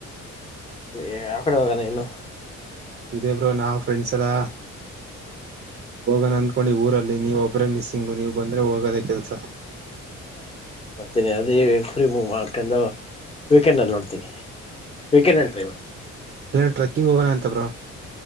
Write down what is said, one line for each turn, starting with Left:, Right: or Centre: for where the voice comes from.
Left: ಲೇ ಯಾವ್ ಕಡೆ ಹೋಗಣ ಇನ್ನು,
Right: ಇದೇ ಬ್ರೋ ನಾವ್ ಫ್ರೆಂಡ್ಸ್ ಎಲ್ಲ
Left: ಹಾ
Right: ಹೋಗೋಣ ಅನ್ಕೊಂಡಿವ್ ಊರಲ್ಲಿ ನೀವ್ ಒಬ್ರೆ ಮಿಸ್ಸಿಂಗ್ ನೀವ್ ಬಂದ್ರೆ ಹೋಗೋದೆ ಕೆಲ್ಸ.
Left: ಹಾ ಬರ್ ಬರ್ತೀನಿ ಅದೆ ಫ್ರೀ ಮು ಮಾಡ್ಕೊಂಡು ವೀಕೆಂಡ್ ಅಲ್ ನೋಡ್ ತಿನಿ ವೀಕೆಂಡ್ ಅಲ್ ಟ್ರೈ ಮಾಡ್
Right: ಇಲ್ಲನ್ ಟ್ರೆಕ್ಕಿಂಗ್ ಹೋಗಣ ಅಂತ ಬ್ರೋ.